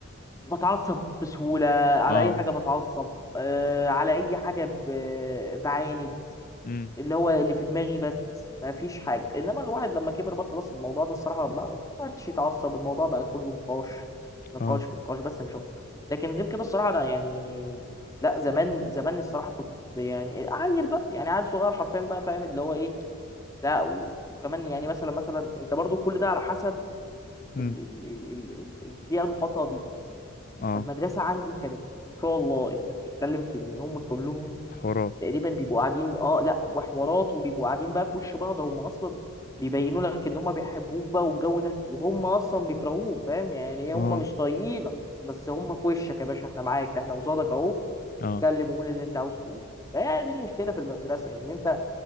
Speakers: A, on the left; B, on the left.
A: بتعصب بسهولة على
B: اه
A: أي حاجة بتعصب آه، على أي حاجة ب- بعاند
B: امم
A: اللي هو اللي في دماغي بس ما فيش حاجه انما الواحد لما كبر بقى خلاص الموضوع ده الصراحه ما ما بقاش يتعصب الموضوع بقى كله نقاش نقاش
B: اه
A: في نقاش بس مش اكتر لكن غير كده الصراحه انا يعني لا زمان زمان الصراحه كنت يعني عيل بقى يعني عيل صغير حرفيا بقى فاهم اللي هو ايه لا و- وكمان يعني مثلا مثلا انت برضو كل ده على حسب
B: امم
A: ال- ال- ال- ال- ال- البيئه المحاطه بيك
B: اه
A: فالمدرسه عندي كانت ان شاء الله انت بتتكلم في ان هم كلهم
B: حوارات
A: تقريبا بيبقوا قاعدين اه لا وحوارات وبيبقوا قاعدين بقى في وش بعض هم اصلا بيبينوا لك ان هم بيحبوك بقى والجو ده وهم اصلا بيكرهوك فاهم يعني
B: اه
A: هم مش طايقينك بس هم في وشك يا باشا احنا معاك احنا قصادك اهو
B: اه
A: اتكلم قول اللي انت عاوز تقوله فهي دي المشكله في المدرسه ان انت